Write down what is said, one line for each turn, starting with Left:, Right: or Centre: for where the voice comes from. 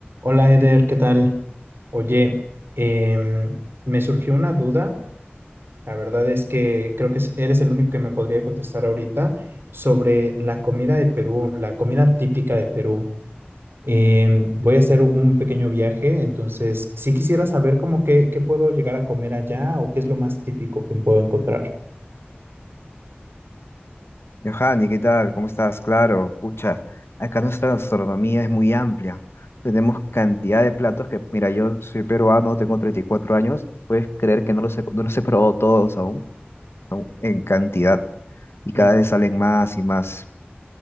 Right: Hola Eder, ¿qué tal? Oye, em, me surgió una duda, la verdad es que creo que es- eres el único que me podría contestar ahorita sobre la comida de Perú, la comida típica de Perú. Em, voy a hacer un pequeño viaje, entonces si quisiera saber cómo qué, qué puedo llegar a comer allá o qué es lo más típico que puedo encontrar.
Left: Johanny, ¿qué tal? ¿Cómo estás? Claro, pucha, acá nuestra gastronomía es muy amplia. Tenemos cantidad de platos que, mira, yo soy peruano, tengo 34 años y puedes creer que no los he, no los he probado todos aún, son en cantidad y
Right: Muy
Left: cada
Right: bien.
Left: vez salen más y más.